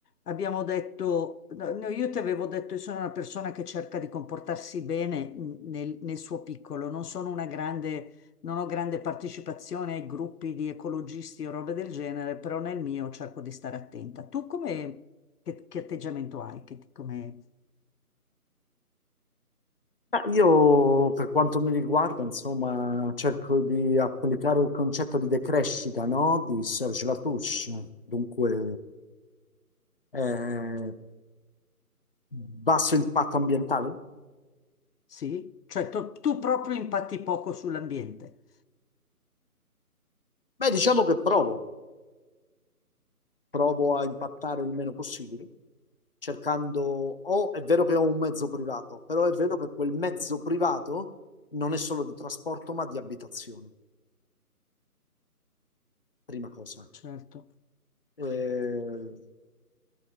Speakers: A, on the left; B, on the left.
A: Abbiamo detto, no, no, io ti avevo detto, io sono una persona che cerca di comportarsi bene mh, nel, nel suo piccolo, non sono una grande, non ho grande partecipazione ai gruppi di ecologisti o robe del genere, però nel mio cerco di stare attenta. Tu come, che, che atteggiamento hai? Che, ti- come,
B: Ma Io, per quanto mi riguarda, insomma, cerco di applicare il concetto di decrescita, no? Di Serge Latouche. Dunque, eh, basso impatto ambientale?
A: sì? Cioè tu, tu proprio impatti poco sull'ambiente.
B: Beh, diciamo che provo, provo a impattare il meno possibile, cercando, o è vero che ho un mezzo privato, però è vero che quel mezzo privato non è solo di trasporto, ma di abitazione, prima cosa.
A: Certo.
B: Eh,